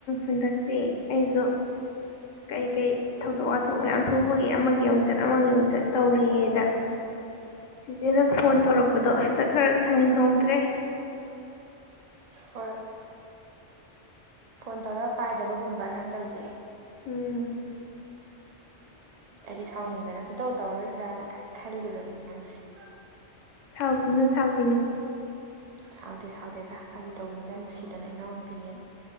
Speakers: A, on the left; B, on the right.
A: ꯍꯟꯗꯛꯇꯤ ꯑꯩꯁꯨ ꯀꯩꯀꯩ ꯊꯧꯗꯣꯛ ꯋꯥꯊꯣꯛ ꯃꯌꯥꯝ ꯊꯣꯛꯄꯒꯤ ꯑꯃꯒꯤ ꯑꯃꯨꯛꯆꯠ ꯑꯃꯒꯤ ꯑꯃꯨꯛꯆꯠ ꯇꯧꯔꯤꯉꯩꯗ ꯆꯤꯆꯦꯗ ꯐꯣꯟ ꯇꯧꯔꯛꯄꯗꯣ ꯍꯟꯗꯛ ꯈꯔ ꯁꯪꯍꯧꯗ꯭ꯔꯦ
B: ꯍꯣꯏ ꯐꯣꯟ ꯇꯧꯔ ꯄꯥꯏꯗꯕꯒꯨꯝꯕ ꯅꯪ ꯇꯧꯔꯤꯁꯦ
A: ꯎꯝ
B: ꯍꯥꯏꯗꯤ ꯁꯥꯎꯅꯤꯡꯗꯅ ꯁꯨꯇꯧ ꯇꯧꯔꯔꯣꯏꯗꯔꯥꯅ ꯈꯜꯂꯨꯔꯕꯅꯤ ꯅꯪꯁꯦ
A: ꯆꯥꯎ ꯀꯅꯣ ꯆꯥꯎ ꯀꯅꯣ
B: ꯁꯥꯎꯗꯦ ꯁꯥꯎꯗꯦ ꯑꯗ ꯐꯥꯒꯤ ꯇꯧꯕꯅꯤꯗ ꯅꯨꯡꯁꯤꯗꯅ ꯏꯅꯥꯎꯅ ꯅꯨꯄꯤꯅꯦ